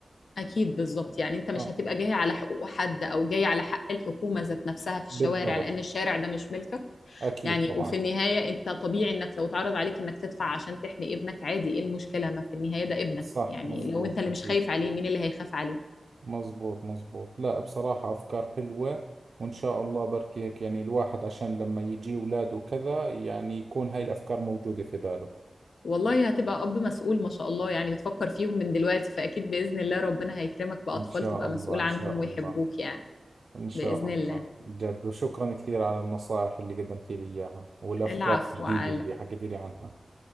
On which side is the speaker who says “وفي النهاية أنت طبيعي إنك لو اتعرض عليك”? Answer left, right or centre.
Left